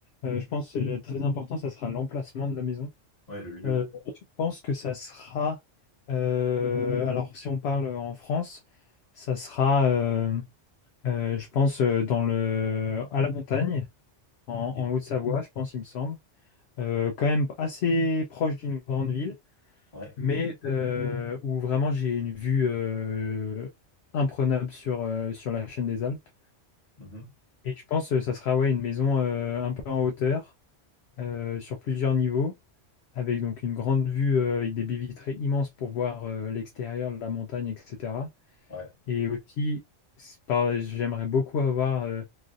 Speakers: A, on the left; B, on the left.
A: euh, je pense que le très important, ça sera l'emplacement de la maison.
B: Ouais, le lieu.
A: Euh, je pense que ça sera. euh, alors si on parle en France, ça sera, euh, euh, je pense, euh, dans le à la montagne, en,
B: Ok.
A: en Haute-Savoie, je pense, il me semble. Euh, quand même assez proche d'une grande ville
B: Ouais.
A: mais euh, où vraiment j'ai une vue euh, imprenable sur, euh, sur la chaîne des Alpes.
B: Mhm.
A: Et je pense que ça sera ouais, une maison euh, un peu en hauteur, euh, sur plusieurs niveaux, avec donc une grande vue euh, avec des baies vitrées immenses pour voir euh, l'extérieur, la montagne, etc.
B: Ouais.
A: Et aussi, c'est pas- j'aimerais beaucoup avoir, euh,